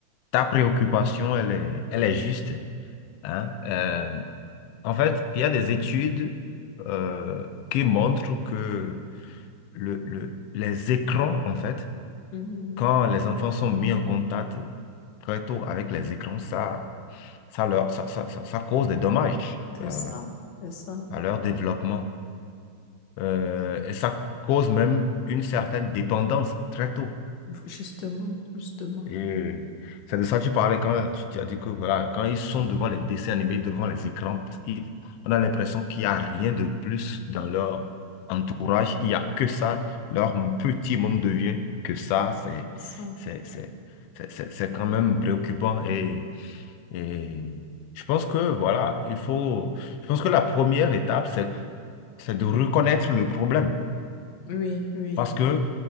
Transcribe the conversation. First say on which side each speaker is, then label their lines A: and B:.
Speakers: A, on the left; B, on the left.
A: ta préoccupation, elle est, elle est juste, hein. Euh, en fait, il y a des études euh, qui montrent que le, le- les écrans, en fait,
B: Mhm.
A: quand les enfants sont mis en contact très tôt avec les écrans, ça, ça, leur, ça, ça, ça- ça cause des dommages
B: C'est
A: euh,
B: ça, c'est ça.
A: à leur développement. Euh, et ça cause même une certaine dépendance très tôt.
B: Justement, justement,
A: Et c'est de ça que tu parlais quand tu, tu as dit que voilà, quand ils sont devant les dessins animés, devant les écrans, parce qu'ils- on a l'impression qu'il n'y a rien de plus dans leur entourage. Il n'y a que ça. Leur petit monde devient que ça. C'est,
B: c'est ça.
A: c'est, c'est, c'est, c'est- c'est quand même préoccupant. Et, et je pense que voilà, il faut. Je pense que la première étape, c'est, c'est de reconnaître le problème.
B: Oui, oui,
A: Parce que